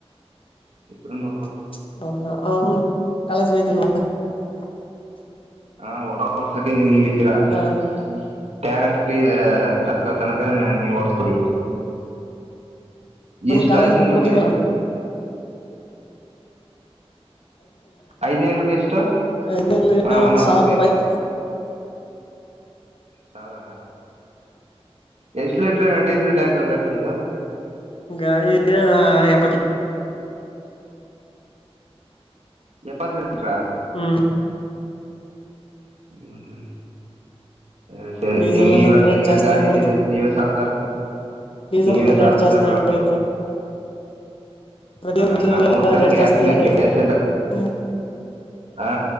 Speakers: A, on the right; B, on the left.
A: ಇಬ್ರೂನೂ
B: <unintelligible> <unintelligible>
A: <unintelligible> <unintelligible>
B: ಹ
A: <unintelligible> ಎಷ್ಟು
B: ಕಾಲೇಜ್
A: ಐದನೇಗಳಿಗೆ
B: ಬಿಟ್ಟಿದ್ದೀಯ
A: ಐದನೇಗಳಿಗೆ ಎಷ್ಟು
B: ಏನಿಲ್ಲಾಂದರೂ
A: ಹಾ ಒನ್
B: ಒಂದು
A: ಅವರ್ಗೆ
B: ಸಾವಿರ ರೂಪಾಯಿ.
A: ಸಾವಿರನ ಎಷ್ಟು ಲೀಟರ್ ಡೀಸೆಲ್ ಟ್ಯಾಂಕ್ ಗಾಡಿದುು
B: ಗಾಳ ಹಾಪ್ಪತ್ಲ
A: ಎಪ್ಪತ್ತು ಲೀಟರ್
B: ಹ್ಮ್
A: ಹ್ಮ ಹ್ಮ ಸರಿ ಸರಿ
B: ಡೀಸೆಲ್
A: ಹೆಂಗ
B: ಎಲ್ಲ
A: ಇವಾಗ
B: ರೇಟ್
A: ನೀವೇ
B: ಜಾಸ್ತಿ
A: ಗಾಡಿ
B: ಆಗ್ಬಿಡ್ತು
A: ಇಟ್ಟಿದ ನೀವೇ ಸಾಕಾರ
B: ಡೀಸೆಲ್
A: ನೀವೇ
B: ಎಲ್ಲ ರೇಟ್
A: ಸಾಕಾರ
B: ಜಾಸ್ತಿ ಆಗೋಯ್ತು ಪ್ರತಿಯೊಂದು
A: ಹ
B: ಮೆಟೀರಿಯಲ್
A: ನಮ್ಮೂರ್
B: ಎಲ್ಲ
A: ಕಡೆ
B: ರೇಟ್
A: ಗ್ಯಾಸ್
B: ಜಾಸ್ತಿ ಆಗೋಯ್ತು
A: ಗ್ಯಾಸ್ ಎಲ್ಲ
B: ಹ್ಮ್
A: ಹಾ